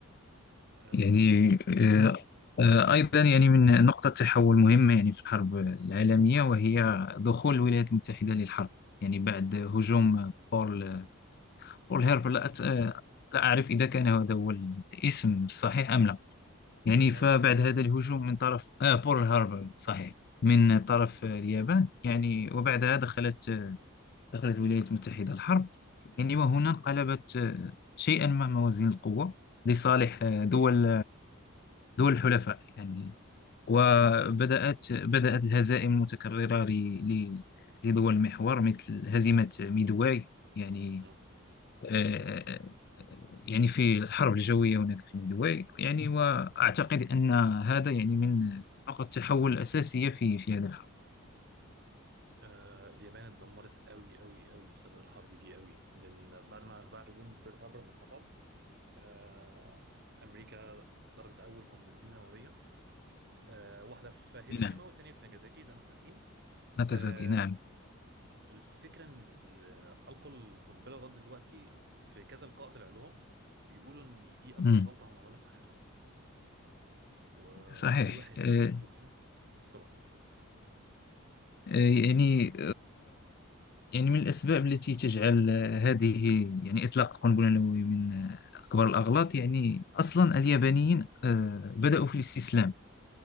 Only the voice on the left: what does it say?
يعني آه، آه، أيضا يعني من نقطة تحول مهمة يعني في الحرب العالمية وهي دخول الولايات المتحدة للحرب يعني بعد هجوم بول بول هيربر لا, أت... آه، لا أعرف إذا كان هذا هو الاسم الصحيح أم لا يعني
فبعد
هذا الهجوم من طرف آه بول هاربر صحيح من طرف آه، اليابان يعني وبعدها دخلت آه، دخلت الولايات المتحدة الحرب يعني وهنا انقلبت آه، شيئا ما موازين القوة لصالح آه، دول دول الحلفاء يعني وبدأت
بدأت الهزائم المتكررة ل- ل- لدول المحور مثل هزيمة ميدواي يعني
آه، آه، يعني في الحرب الجوية هناك في ميدواي يعني وأعتقد أن هذا يعني من نقط التحول الأساسية في في هذه الحرب
نعم
ناكازاكي
نعم
مم.
صحيح
آه،
آه، يعني يعني من الأسباب التي تجعل آه، هذه يعني إطلاق القنبلة النووية من آه، أكبر الأغلاط يعني أصلا اليابانيين آه، بدأوا في الاستسلام